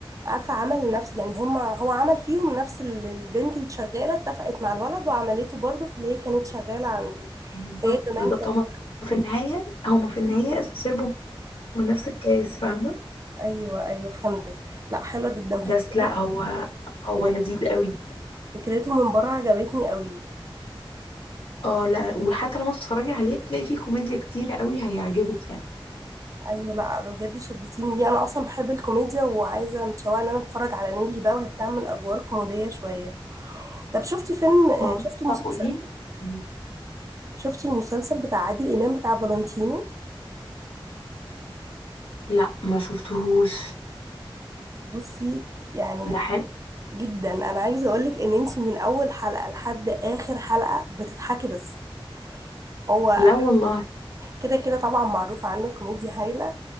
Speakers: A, on the right; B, on the left.
A: عارفه عمل نفس يعني هم هو عمل فيهم نفس اللي البنت اللي شغاله اتفقت مع الولد وعملته برضه في اللي هي كانت شغاله عنده
B: بالظبط
A: هي كمان
B: بالظبط
A: كانت
B: هما في النهايه هما في النهايه شربوا من نفس الكاس فاهمه
A: ايوه ايوه فهمتك لا حلوه جدا
B: بس
A: فكرته
B: لا هو هو لذيذ قوي
A: فكرته من بره عجبتني قوي
B: اه لا وحتى لما تتفرجي عليه هتلاقي فيه كوميديا كتيره قوي هيعجبك يعني
A: ايوه لا بجد شدتيني دي انا اصلا بحب الكوميديا وعايزه متشوقه ان انا اتفرج على نيلي بقى وهي بتعمل ادوار كوميديه شويه طب شفتي فيلم آه،
B: اه
A: شفتي مسلسل
B: طب قولي لي
A: شفتي المسلسل بتاع عادل امام بتاع فالنتينو
B: لا ما شفتهوش
A: بصي يعني
B: ده حلو
A: جدا انا عايزه اقولك ان انتي من اول حلقه لحد اخر حلقه بتضحكي بس هو
B: لا والله
A: كده كده طبعا معروف عنه كوميديا هايله